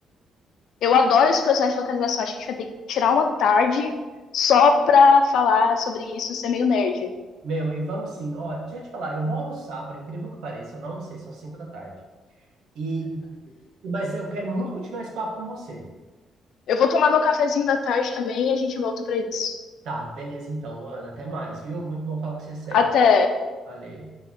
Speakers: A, on the left; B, on the right.
A: Eu adoro esse processo de localização. Acho que a gente vai ter que tirar uma tarde só pra falar sobre isso, ser meio nerd.
B: Meu, e vamos sim. Ó, deixa eu te falar, eu vou almoçar, por incrível que pareça, eu não almocei, são 5 da tarde. E, mas eu quero muito continuar esse papo com você.
A: Eu vou tomar meu cafezinho da tarde também e a gente volta pra isso.
B: Tá, beleza então, Luana. Até mais, viu? Muito bom falar com você sempre.
A: Até.
B: Valeu.